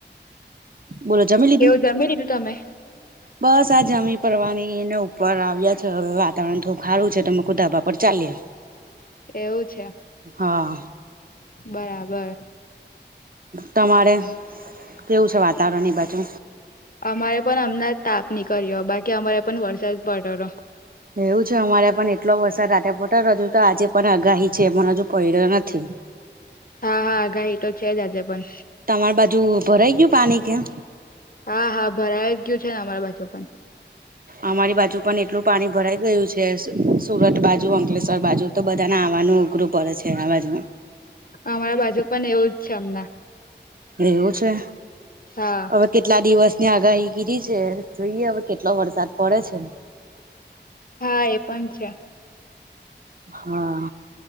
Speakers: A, on the right; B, on the left.
A: બોલો જમેી લીધું
B: કેવું જમી લીધું <inaudible>
A: બસ આ જમી પડવાની એને ઉપર આવ્યા છે હવે વાતાવરણ થોડું ખારું છે તમે કુ ધાબા પર ચાએ
B: <inaudible> એવું છે
A: હા
B: બરાબર
A: તમારે કેવું છે વાતાવરણ ની બાજુ
B: અમારે પણ અમણાં તાપ નીકળ્યો બાકી અમારે પણ વરસાદ પડ્યો તો
A: એવું છે અમારે પણ એટલો વરસાદ રાતે પડ્યો હજુ તો આજે પણ આગાહી છે પણ હજુ પડ્યો નથી
B: હા હા આગાઈ તો છે જ આજે પણ
A: તમારી બાજુ ભરાઈ ગયું પાણી કેમ
B: હા હા ભરાઈ ગયું છે ને અમાર બાજુ પણ
A: અમારી બાજુ પણ એટલું પાણી ભરાઈ ગયું છે સુરત બાજુ અંકલેશ્વર બાજુ તો બધાને આવાનું અઘરું પડે છે આબાજમાં
B: અમારા બાજુ પણ એવું જ છે હમણાં
A: એવું છે?
B: હા.
A: હવે કેટલા દિવસની આગાહી કરી દીધી છે જોઈએ હવે કેટલો વરસાદ પડે છે.
B: હા એ પણ છે.
A: હા.